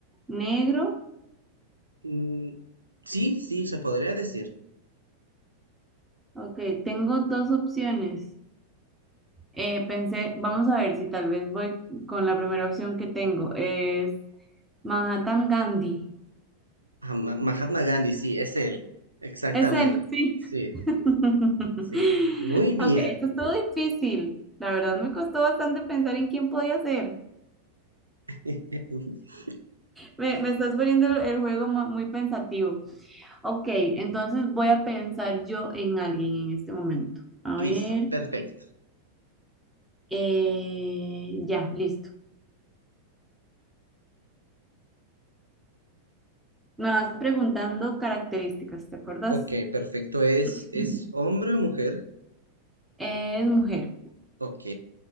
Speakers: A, in the centre; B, on the right (about 85°).
A: negro.
B: mm, sí, sí, se podría decir.
A: Ok, tengo dos opciones. Eh, pensé, vamos a ver si tal vez voy con la primera opción que tengo. Es Manhattan Gandhi.
B: Ah, Ma- Mahatma Gandhi, sí, es él. Exactamente.
A: Es él, sí.
B: Sí,
A: <laughs>
B: sí. Muy bien.
A: Ok, esto estuvo difícil. La verdad me costó bastante pensar en quién podía ser.
B: <laughs>
A: Me, me estás poniendo el, el juego mu- muy pensativo. Ok, entonces voy a pensar yo en alguien en este momento. A
B: Listo,
A: ver,
B: perfecto.
A: eh, ya, listo. Me vas preguntando características, ¿te acuerdas?
B: Ok, perfecto. ¿Es,
A: <laughs>
B: es
A: Ujú.
B: hombre o mujer?
A: Es mujer,
B: Ok.